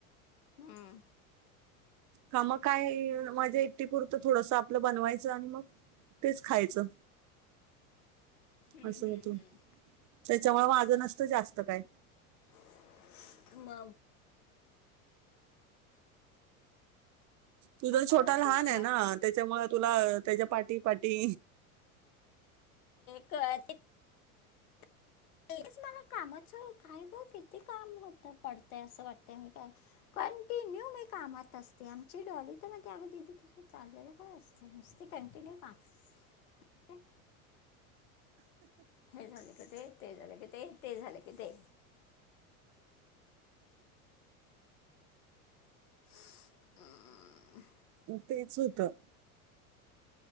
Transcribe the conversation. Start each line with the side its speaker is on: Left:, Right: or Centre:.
Left: हम्म,
Right: ह मग काय माझ्या एकटी पुरतं थोडसं आपलं बनवाय च आणि मग तेच खायचं.
Left: हम्म,
Right: असं होतं.
Left: हम्म.
Right: त्याच्यामुळे माझं नसतं जास्त काय.
Left: <unintelligible>
Right: तुझं
Left: आ,
Right: छोटा
Left: जीवचा
Right: लहान आहे ना, त्याच्यामुळे तुला त्याच्या पा पाटी पाटी
Left: <unintelligible> <inaudible> मला कामाचं काय गं किती काम होतं पडतय असं वाटतंय म काय कंटिन्यू मी कामात असते आमची डॉली तर म्हणती अगं दीदी तुझं चाललेलं काय असतं नुसती का कंटिन्यू काम हे झालं कि ते ते झालं कि ते ते झालं कि ते <unintelligible>
Right: तेच होतं.